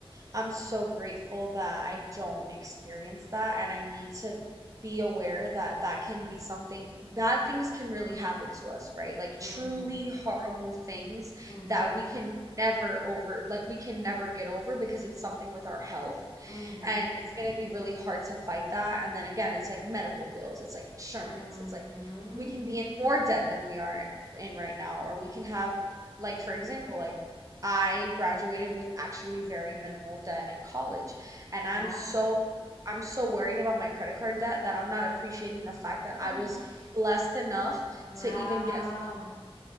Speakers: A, on the right (about 35°); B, on the left (about 35°).
A: I'm so grateful that I don't experience that. And I need to be aware that that can be something, bad things can really happen to us, right? Like,
B: Mhm.
A: truly horrible things
B: Mhm.
A: that we can never over, like, we can never get over because it's something with our health
B: Mhm.
A: and it's going to be really hard to fight that and then again it's like medical bills it's like insurance
B: Mhm.
A: it's like we can be in more debt than we are in right now or we can have like for example like I graduated with actually very minimal debt in college and I'm
B: Yeah.
A: so I'm so worried about my credit card debt that I'm not appreciating the fact that
B: <gasps>
A: I was blessed enough
B: Wow.
A: to even get scholar,